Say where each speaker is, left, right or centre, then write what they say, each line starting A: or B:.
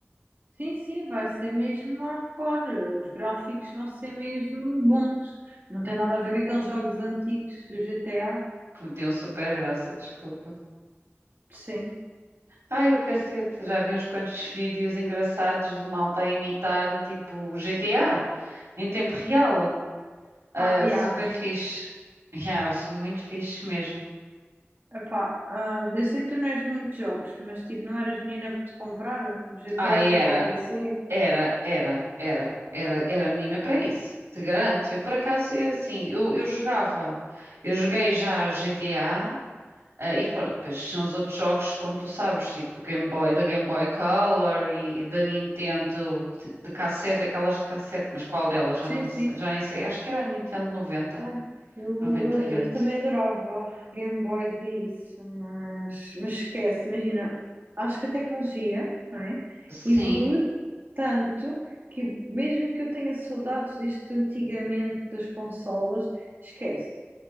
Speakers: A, on the right (about 50°); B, on the right (about 90°).
A: Sim, sim, vai ser mesmo hardcore. Os gráficos vão ser mesmo bons. Não tem nada a ver com aqueles jogos antigos do GTA.
B: que me deu super graça, desculpa.
A: Sim.
B: Ai, o cacete, já vi uns quantos <laughs> vídeos engraçados de malta a imitar, tipo GTA, em tempo real. Ah,
A: Ah, yeah.
B: super fixe. Yeah, sou muito fixe mesmo.
A: Epá, hum, eu sei que tu não és muito de jogos, mas tipo, não eras menina para te comprar o GTA
B: Ah, era,
A: tipo ao PC?
B: era, era, era, era, era menina para isso. Te garanto. Eu, por acaso, eu sim, eu, eu jogava. Eu joguei já GTA, ah, e pronto, depois tinham os outros jogos, como tu sabes, tipo Game Boy, da Game Boy Color e da Nintendo de de cassete, aquelas de cassete, mas qual delas? Já
A: Sim,
B: não,
A: sim.
B: sei- já nem sei. Acho que era a Nintendo noventa,
A: Ai, eu,
B: noventa
A: eu do-
B: e oito
A: também adorava Game Boys e isso, mas, mas esquece, imagina, acho que a tecnologia, não é,
B: Sim,
A: evoluiu tanto que mesmo que eu tenha saudades deste antigamente das consolas, esquece.